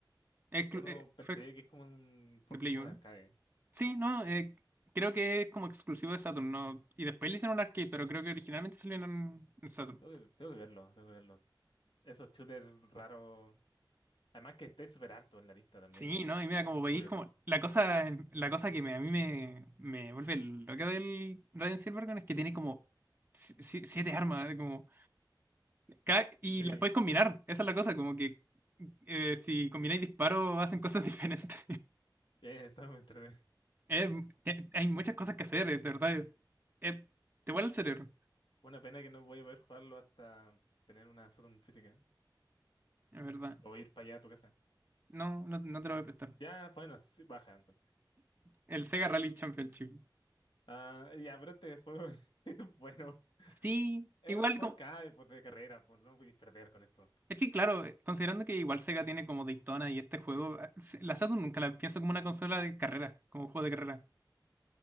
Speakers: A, on the right; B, on the left.
A: Exclu-
B: Uno
A: eh,
B: pensaría
A: fue ex-
B: que es como un porte
A: de Play
B: como
A: 1.
B: de arcade.
A: Sí, no, eh, creo que es como exclusivo de Saturn, ¿no? Y después le hicieron un arcade, pero creo que originalmente salió en en Saturn.
B: Tengo que, tengo que verlo, tengo que verlo. Esos shooters raros. Además que esté súper alto en la lista también.
A: Sí, ¿no? Y mira, como veis,
B: Curioso.
A: como la cosa, em, la cosa que me- a mí me, me vuelve loca del Raiden Silvergun es que tiene como si- si- siete armas, ¿eh? como ca- y
B: Sí, eh,
A: las puedes combinar. Esa es la cosa, como que eh, si combináis disparos hacen cosas <laughs> diferentes.
B: está muy entretenido.
A: Eh, te- hay muchas cosas que hacer, es de verdad. es- eh, te vuela el cerebro,
B: <laughs> Una pena que no voy a poder jugarlo hasta tener una Saturn física.
A: es verdad.
B: O ir para allá a tu casa.
A: No, no, no te lo voy a prestar.
B: Ya, bueno, sí, baja entonces.
A: El Sega Rally Championship.
B: Ah, ya, pero este juego, <laughs> es bueno.
A: Sí,
B: Es
A: igual
B: un jugador cada pues, de carrera, pues no podéis perder con esto.
A: Es que claro, eh, considerando que igual Sega tiene como Daytona y este juego, eh, se- la Saturn nunca la pienso como una consola de carrera, como un juego de carrera.